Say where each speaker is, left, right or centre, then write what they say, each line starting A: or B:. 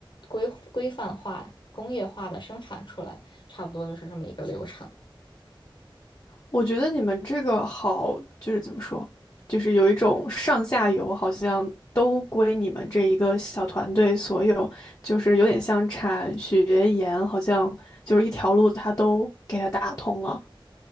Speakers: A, on the left; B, on the left.
A: 规规范化、工业化的生产出来，差不多就是这么一个流程。
B: 我觉得你们这个好，就是怎么说，就是有一种上下游好像都归你们这一个小团队所有，就是有点像产学研，好像就是一条路它都给它打通了。